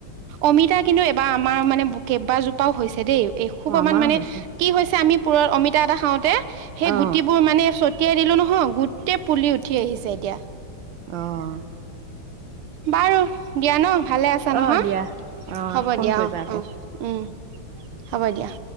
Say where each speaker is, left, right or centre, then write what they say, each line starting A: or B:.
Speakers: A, on the right; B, on the right.
A: অমিতা কিন্তু এইবাৰ আমাৰ মানে কেইবা জোপাও হৈছে দেই। এ সোপা
B: অ আমাৰো
A: মান মানে
B: হৈছে
A: কি হৈছে আমি, পুৰৰ অমিতা এটা খাওঁতে, সেই
B: অ
A: গুটিবোৰ মানে চত তিয়াই দিলো নহয় গোটেই পুলি উঠি আহিছে এতিয়া
B: অ--হ
A: বাৰু দিয়া ন ভালে আছা নহয়,
B: অ দিয়া অ
A: হ'ব
B: ফোন
A: দিয়া
B: কৰিবা
A: অহ',
B: আকৌ
A: অহ', উহ। হ'ব দিয়া।